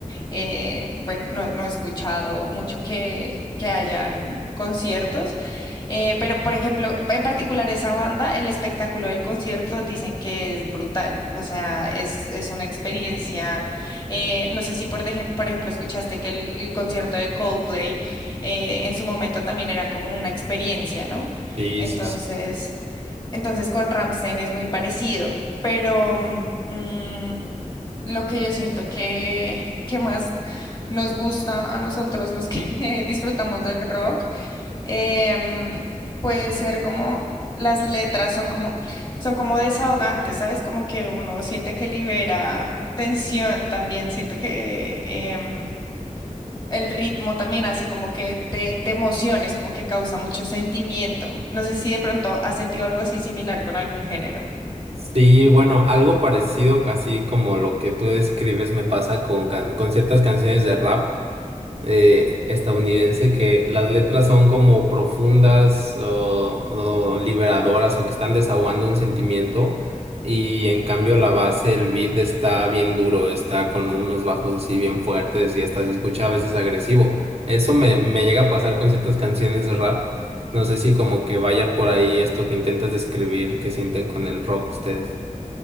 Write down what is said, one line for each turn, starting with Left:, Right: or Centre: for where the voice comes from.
Left: Eh, bueno, no, no he escuchado mucho que, que hayan conciertos, eh, pero por ejemplo, en particular esa banda, el espectáculo del concierto dicen que es brutal, o sea, es, es una experiencia, eh, no sé si por, deje- por ejemplo escuchaste que el, el concierto de Coldplay eh, en su momento también era como una experiencia, ¿no?
Right: Sí,
Left: Entonces...
Right: sí, sí.
Left: Entonces con Rammstein es muy parecido, pero mm, mm, lo que yo siento que, que más nos gusta a nosotros los que <laughs> disfrutamos del rock, em, puede ser como las letras son como, son como desahogantes, ¿sabes? Como que uno siente que libera tensión también, siento que em, el ritmo también hace como que te, te emociones, como que causa mucho sentimiento. No sé si de pronto has sentido algo así similar con algún género.
Right: Sí, bueno, algo parecido, casi como lo que tú describes, me pasa con, can- con ciertas canciones de rap. eh, estadounidense que las letras son como profundas o, o liberadoras o que están desahogando un sentimiento y en cambio la base, el beat está bien duro, está con unos bajos así bien fuertes y hasta se escucha a veces agresivo. Eso me, me llega a pasar con ciertas canciones de rap. No sé si como que vaya por ahí esto que intentas describir, que sienten con el rock ustedes.